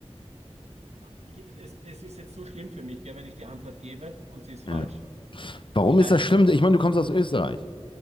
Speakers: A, on the right; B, on the left.
A: Ah, Ich, es, es ist jetzt so schlimm für mich, gell, wenn ich die Antwort gebe und sie ist
B: Ja.
A: falsch.
B: Warum
A: Ich weiß,
B: ist das schlimm? Ich meine, du kommst aus Österreich.